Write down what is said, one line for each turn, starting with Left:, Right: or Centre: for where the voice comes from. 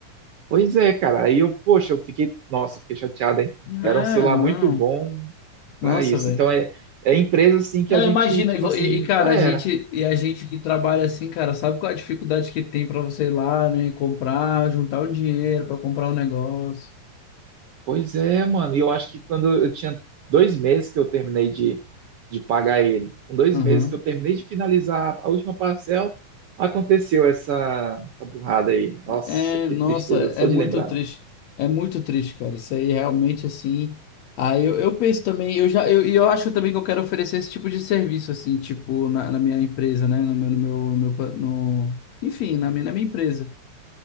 Right: Pois é, cara. Aí eu, poxa, eu fiquei, nossa, eu fiquei chateado, hein? Era
Left: É,
Right: um celular
Left: não.
Right: muito bom
Left: Nossa,
Right: pra isso.
Left: velho.
Right: Então é, é empresa assim que
Left: Não,
Right: a gente,
Left: imagina,
Right: tipo
Left: e, vo-
Right: assim,
Left: e, e, cara,
Right: já
Left: a gente
Right: era.
Left: e a gente que trabalha assim, cara, sabe qual é a dificuldade que tem pra você ir lá, né, comprar, juntar o dinheiro pra comprar um negócio.
Right: Pois é, mano. E eu acho que quando eu tinha dois meses que eu terminei de, de pagar ele, com dois
Left: Aham.
Right: meses que eu terminei de finalizar a última parcela, aconteceu essa, essa burrada aí. Nossa,
Left: É,
Right: que
Left: nossa,
Right: tristeza
Left: é
Right: só
Left: muito
Right: de lembrar.
Left: triste. É muito triste, cara. Isso aí realmente assim. Aí eu, eu penso também, eu já eu, e eu acho também que eu quero oferecer esse tipo de serviço assim, tipo na, na minha empresa, né, no meu no meu, no meu, pa- no- enfim, na minha, na minha empresa.